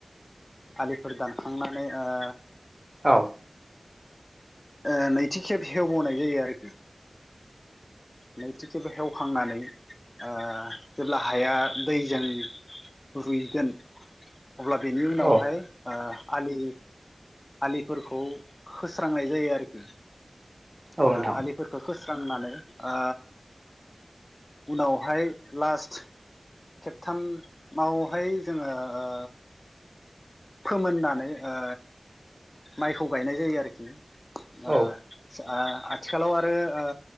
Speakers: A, on the left (about 30°); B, on the right (about 30°).
A: आलिफोर दानखांनानै ओ।
B: औ।
A: ओ नैथि खेब हेवबोनाय जायो आरोखि। नैथि खेब हेवखांनानै ओ जेब्ला हाया दै जों रुयगोन अब्ला बेनि उनावहाय
B: औ
A: ओ। आलि आलिफोरखौ खोस्रांनाय जायो आरोखि।
B: औ
A: ओ
B: नोंथां
A: आलिफोरखौ खो स्रांनानै ओ उनावहाय लासट खेबथामावहाय जोंङो ओ फोमोननानै ओ माइखौ गायनाय जायो आरोखि ओ <unintelligible>
B: औ
A: आथिखालाव आरो ओ